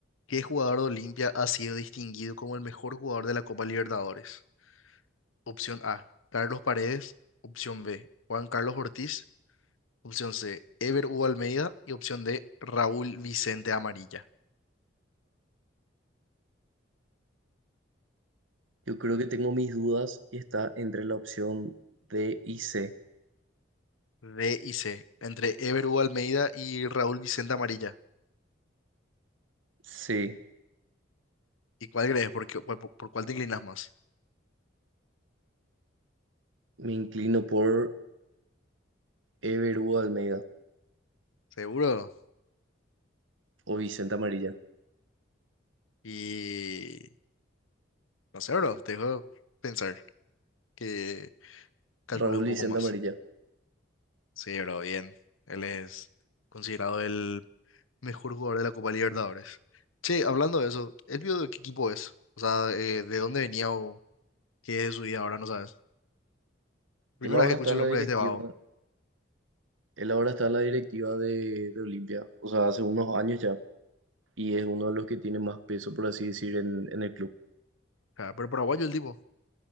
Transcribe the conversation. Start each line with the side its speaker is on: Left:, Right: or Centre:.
Left: ¿Qué jugador de Olimpia ha sido distinguido como el mejor jugador de la Copa Libertadores? Opción A, Carlos Paredes. Opción B, Juan Carlos Ortiz. Opción C, Ever Hugo Almeida. Y opción D, Raúl Vicente Amarilla.
Right: Yo creo que tengo mis dudas y está entre la opción D y C.
Left: D y C. Entre Ever Hugo Almeida y Raúl Vicente Amarilla.
Right: Sí,
Left: ¿Y cuál crees? ¿Por, qué- por, por- cuál te inclinas más?
Right: me inclino por Everu Almeida
Left: ¿Seguro?
Right: o Vicente Amarilla.
Left: Y... No sé, bro. Te dejo pensar que calcules
Right: Raúl
Left: un poco
Right: Vicente
Left: más.
Right: Amarilla.
Left: Sí, bro, bien. Él es considerado el mejor jugador de la Copa Libertadores. Che, hablando de eso, ¿él vio de qué equipo es? O sea, eh, ¿de dónde venía o qué es de su vida ahora? No sabes. Primera
Right: Él ahora
Left: vez que escucho
Right: está en
Left: el
Right: la
Left: nombre
Right: directiva,
Left: de este vago.
Right: él ahora está en la directiva de, de Olimpia, o sea, hace unos años ya, y es uno de los que tiene más peso, por así decir, en, en el club.
Left: sea, pero paraguayo el tipo. O